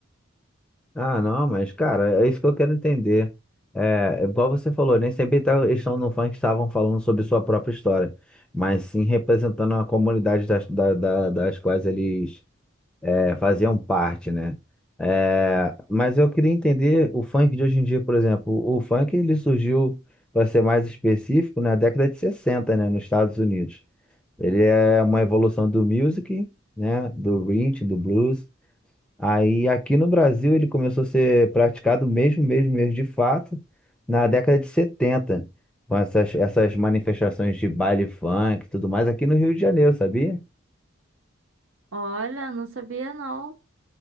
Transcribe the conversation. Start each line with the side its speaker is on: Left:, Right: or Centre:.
Centre: Ah, não, mas, cara, é isso que eu quero entender. É, é igual você falou, nem sempre tá- eles estão no funk, estavam falando sobre sua própria história, mas sim representando a comunidade das, da- da- das quais eles é, faziam parte, né? É, mas eu queria entender o funk de hoje em dia, por exemplo. O funk, ele surgiu, para ser mais específico, na década de 60, né, nos Estados Unidos. Ele é uma evolução do music, né, do rhythm, do blues, Aí aqui no Brasil ele começou a ser praticado mesmo, mesmo, mesmo de fato, na década de setenta com essas, essas manifestações de baile funk e tudo mais aqui no Rio de Janeiro, sabia?
Right: Olha, não sabia não.